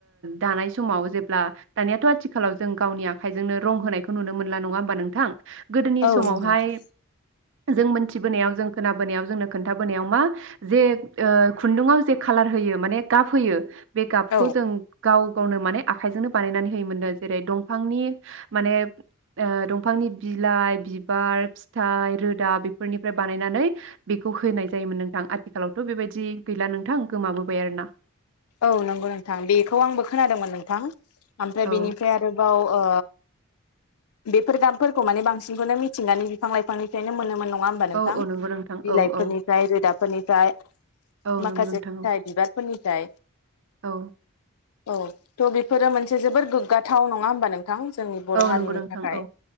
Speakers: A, on the right; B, on the left.
A: दानाय समाव जेब्ला दानियाथ' आथिखालाव जों गावनि आखाइजोंनो रं होनायखौ नुनो मोनला नङा होमबा नोंथां गोदोनि
B: औ
A: समावहाय
B: नंगौ नोंथां
A: जों मोनथिबोनायाव जों खोनाबोनायाव जोंनो खोनथा बोनायाव मा जे ओह खुन्दुंआव जा खालार होयो माने गाब होयो बे गाबखौ
B: औ
A: जों गाव गावनो माने आखाइजोंनो बानायनानै होयोमोननो जेरै दंफांनि माने ओह दंफांनि बिलाइ बिबार फिथाइ रोदा बेफोरनिफ्राय बानायनानै बेखौ होनाय नोंथां आथिखालावथ' बेबायदि गैला नोंथां गोमाबोबाय आरोना
B: औ नोंगौ नोंथां बेखौ आंबो खोनादोंमोन नोंथां ओमफ्राय
A: औ
B: बेनिफ्राय आरोबाव ओ बेफोर दामफोरखौ माने बांसिनखौनो मिथिनानै बिफां लाइफांनिफ्रायनो मोनोमोन नङा नङा होमबा नोंथां
A: औ औ नंगौ नोंथां
B: बिलाइफोरनिफ्राय
A: औ औ
B: रोदाफोरनि जाय
A: औ
B: माखासे
A: नंगौ नोंथां
B: फिथाइ बिबारफोरनि द
A: औ।
B: औ थ' बेफोरो मोनसे जोबद गोग्गाथाव नङा होमबा नोंथां। थ जोंनि बर'
A: औ औ
B: हारिनि
A: नंगौ नोंथां
B: थाखाय
A: औ